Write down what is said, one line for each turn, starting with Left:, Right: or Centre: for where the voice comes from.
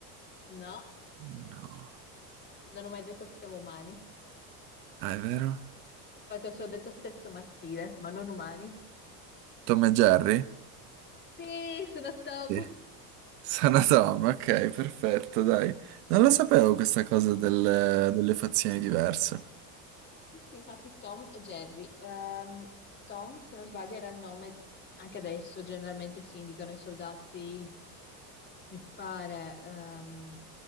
Left: No,
Right: No.
Left: non ho mai detto che siamo umani.
Right: Ah, è vero?
Left: Infatti ho solo detto sesso maschile, ma non umani.
Right: Tom e Jerry?
Left: Sì, sono Tom.
Right: Sì. Sono Tom, ok, perfetto, dai. Non lo sapevo questa cosa del- delle fazioni diverse.
Left: Sì, sì, Infatti Tom e Jerry. Ehm, Tom, se non sbaglio, era il nome, anche adesso generalmente si indicano i soldati, mi pare, ehm,